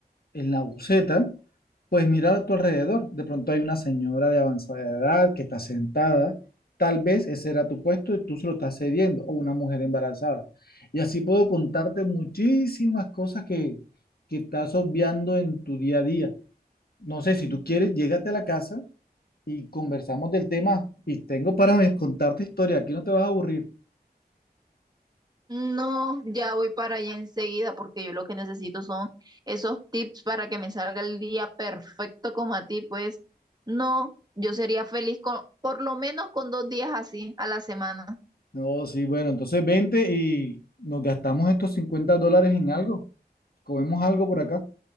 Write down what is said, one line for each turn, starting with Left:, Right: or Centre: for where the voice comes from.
Left: en la buceta, pues mirar a tu alrededor. De pronto hay una señora de avanzada edad que está sentada. Tal vez ese era tu puesto y tú se lo estás cediendo, o una mujer embarazada. Y así puedo contarte muchísimas cosas que, que estás obviando en tu día a día. No sé, si tú quieres, llégate a la casa y conversamos del tema. Y tengo para contarte historia, aquí no te vas a aburrir.
Right: No, ya voy para allá enseguida porque yo lo que necesito son esos tips para que me salga el día perfecto como a ti, pues no, yo sería feliz con por lo menos con dos días así a la semana.
Left: No, sí, bueno, entonces vente y nos gastamos estos 50 dólares en algo. Comemos algo por acá.